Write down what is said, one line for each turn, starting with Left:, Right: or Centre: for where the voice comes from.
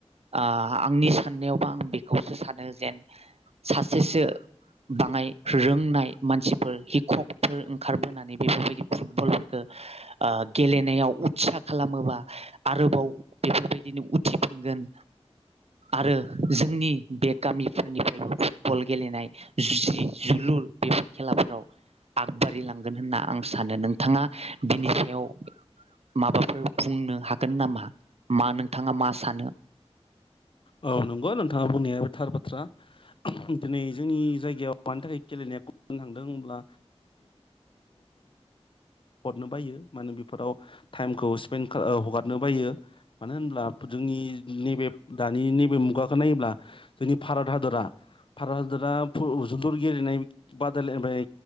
Right: ओ आंनि साननायावबा आं बेखौसो सानो जेन सासेसो बाङाय रोंनाय मानसिफोर <unintelligible> ओंखारबोनानै बेफोरबायदि फुटबलफोरखौ ओ गेलेनायाव उत्सा खालामोबा आरोबाव बेफोरबायदिनो उथिफिनगोन आरो जोंनि बे गामिफोरनिफ्रायबो फुटबल गेलेनाय जि जोलुर बेफोर खेलाफोराव आगबारि लांगोन होनना आं सा सानो नोंथाङा बिनि सायाव माबाफोर बुंनो हागोन नामा मा नोंथाङा मा सानो
Left: औ नंगौ नोंथाङा बुंनाया थार बाथ्रा दिनै जोंनि जायगायाव मानि थाखाय गेलेनाया खमायलांदों होनब्ला <unintelligible> नो बायो माने बेफोराव टाइमखौ स्पेन्ड हगारनो बायो मानो होनब्ला जोंनि नैबे दानि नैबे मुगाखौ नायोब्ला जोंनि भारत हादरा भारत हादरा फुट जोलुर गेलेनाय बादायलायनाय